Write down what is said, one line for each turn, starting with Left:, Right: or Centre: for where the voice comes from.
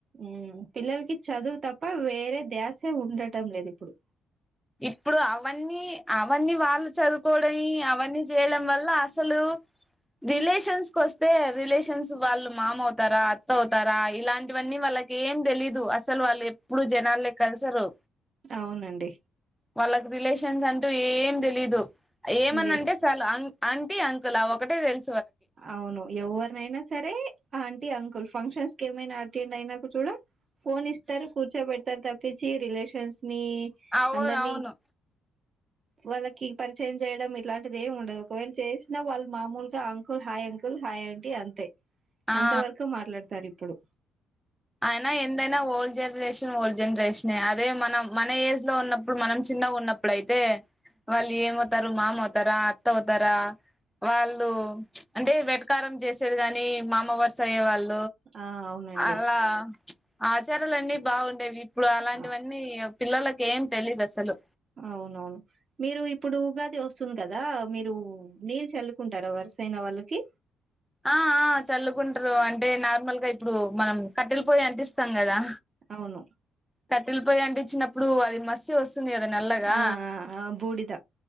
Right: ఉమ్ పిల్లలకి చదువు తప్ప వేరే ద్యాసే ఉండటం లేదు ఇప్పుడు
Centre: ఇప్పుడు అవన్నీ అవన్నీ వాళ్ళు చదువుకోవడం అవన్నీ చేయడం వల్ల అసలు రిలేషన్స్ కొస్తే రిలేషన్స్ వాళ్ళు మామ అవుతారా అత్త అవుతారా ఇలాంటివన్నీ వాళ్ళ కి ఏం దెలీదు అసలు వాళ్ళు ఎప్పుడూ జనాల్లోకి కలసరు
Right: అవునండి
Centre: వాళ్ళకు రిలేషన్స్ అంటూ ఏం దెలీదు ఏమన్న
Right: ఇంగే
Centre: అంటే సాలు అం అంటీ అంకుల్అవొకటే తెల్
Right: అవును ఎవ్వొరనైనా సరే ఆంటీ అంకుల్ ఫంక్షన్స్ కేమైనా అటెండ్ అయినాక చూడు ఫోన్ ఇస్తారు కూర్చోబెడతారు తప్పిచ్చి రిలేషన్స్ మీ
Centre: అవును
Right: అందరిని
Centre: అవును
Right: వాళ్ళకి పరిచయం చేయడం ఇట్లాంటిది ఏమి ఉండదు ఒకవేళ చేసినా వాళ్ళు మామొల్ క కుల్ హాయ్ అంకుల్ హాయ్ ఆంటీ అంతే
Centre: ఆ
Right: అంత వరకు మాట్లాడతారు ఇప్పుడు
Centre: అయినా ఎందైనా ఓల్ జెర్ జనరేషన్ ఓల్డ్ జనరేషన్ అదే మనం మన ఏజ్ లో ఉన్నప్పుడు మనం చిన్నగా ఉన్నప్పుడుయితే వాళ్ళు ఏమవుతారు మామ అవుతారా అత్త అవుతారా వాళ్ళు అంటే వెటకారం జేసేది గాని మామవర్స అయ్యే వాళ్ళ్
Right: ఆ అవునండి
Centre: అలా ఆచారాలన్నీ బాగుండేవి ఇప్పుడు అలాంటివన్నీ
Right: అ
Centre: పిల్లొల్లకేం తెలీదు అసలు
Right: అవునవును మీరు ఇప్పుడు ఉగాది వస్తుంది కదా మీరు నీళ్ళు చల్లుకుంటారా వర్ సైన వాళ్ళకి
Centre: ఆ చల్లుకుంటారు అంటే నార్మల్ గా ఇప్పుడు మనం కట్టెల పొయ్యి అంటిస్తాం గదా
Right: అవును
Centre: కట్టెలపోయ్యి అంటించ్చినప్పుడు అది మసి వస్ వొస్తుంది గద నల్లగా
Right: ఆ ఆ ఆ బూడిద